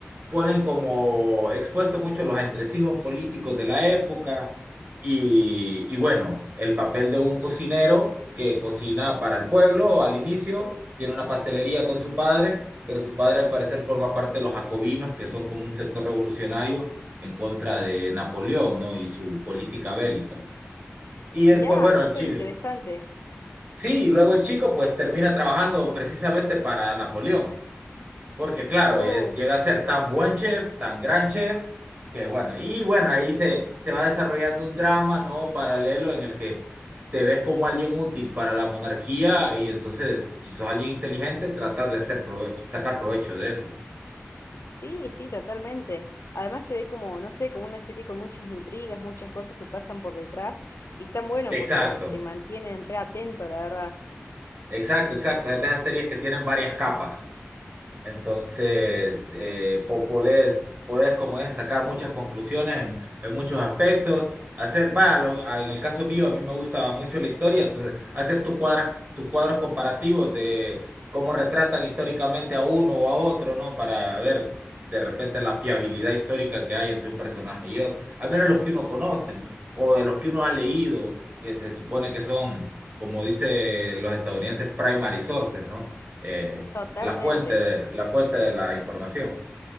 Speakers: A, on the right; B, on the left.
A: ponen como expuesto mucho los entresijos políticos de la época y, y bueno, el papel de un cocinero que cocina para el pueblo al inicio, tiene una pastelería con su padre, pero su padre al parecer forma parte de los jacobinos, que son como un sector revolucionario en contra de Napoleón, ¿no? Y su política bélica. Y el-
B: Mirá,
A: pues bueno,
B: súper
A: el chico,
B: interesante.
A: sí, y luego el chico pues termina trabajando precisamente para Napoleón. Porque claro,
B: Uf.
A: es, llega a ser tan buen chef, tan gran chef, que bueno, y bueno, ahí se, se va desarrollando un drama, ¿no? Paralelo en el que te ves como alguien útil para la monarquía y entonces, si sos alguien inteligente, tratas de hacer prove- sacar provecho de eso.
B: Sí, sí, totalmente. Además se ve como, no sé, como una serie con muchas intrigas, muchas cosas que pasan por detrás y están bueno
A: Exacto,
B: porque te mantienen re atento, la verdad.
A: exacto, exacto. Es de esas series que tienen varias capas. Entonces, eh, po- podés, podés, como es, sacar muchas conclusiones en, en muchos aspectos, hacer, va, lo- a- en el caso mío, a mí me gusta mucho la historia, entonces, hacer tus cuadras, tus cuadros comparativos de cómo retratan históricamente a uno o a otro, ¿no? Para ver de repente la fiabilidad histórica que hay entre un personaje y otro, al menos los que uno conoce, ¿no? O de los que uno ha leído, que se supone que son, como dicen los estadounidenses, primary sources, ¿no? Eh,
B: Totalmente.
A: la fuente, de- la fuente de la información.